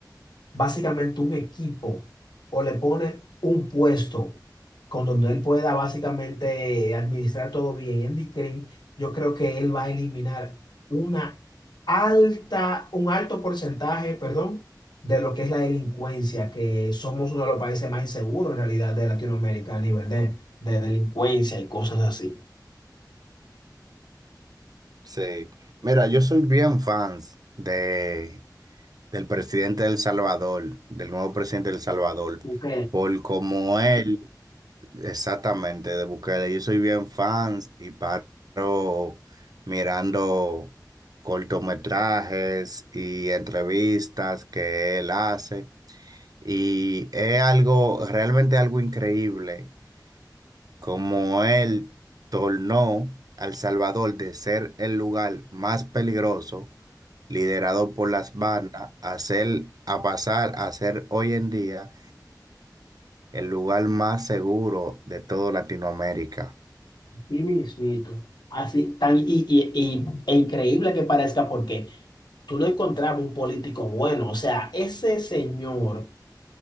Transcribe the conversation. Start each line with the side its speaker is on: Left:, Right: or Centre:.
Left: básicamente un equipo o le pone un puesto con donde él pueda básicamente administrar todo bien. Andy Green, yo creo que él va a eliminar una alta, un alto porcentaje, perdón, de lo que es la delincuencia, que somos uno de los países más inseguros en realidad de Latinoamérica a nivel de, de delincuencia y cosas así.
Right: Sí. Mira, yo soy bien fans de, del presidente de El Salvador, del nuevo presidente de El Salvador,
Left: Ok.
Right: por como él. Exactamente, de Bukele. Yo soy bien fan y paro mirando cortometrajes y entrevistas que él hace. Y es algo, realmente algo increíble, como él tornó a El Salvador de ser el lugar más peligroso, liderado por las bandas, a ser- a pasar a ser hoy en día el lugar más seguro de toda Latinoamérica.
Left: Sí mismito. Así, tan, y, y, y- e increíble que parezca porque tú no encontrabas un político bueno. O sea, ese señor